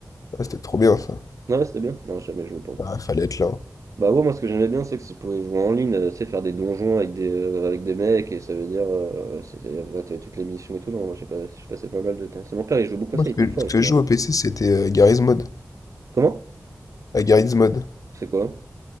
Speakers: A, on the left; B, on the right.
A: Ah, c'était trop bien, ça.
B: Non, ouais, c'était bien, non, j'ai jamais joué pour le coup.
A: Ah, fallait être là. hein.
B: Bah ouais, moi ce que j'aimais bien c'est que tu pouvais jouer en ligne, euh, tu sais, faire des donjons avec des, euh, avec des mecs et ça veut dire, euh, c'était, euh, ouais, t'avais toutes les missions et tout, non, moi j'ai pas, j'ai passé pas mal de temps. C'est mon père, il jouait beaucoup
A: Moi,
B: à ça,
A: ce
B: il
A: que,
B: était fort,
A: ce
B: il
A: que
B: était
A: je
B: dans...
A: joue au PC, c'était euh, Garry's Mod.
B: Comment?
A: À Garry's Mod.
B: C'est quoi?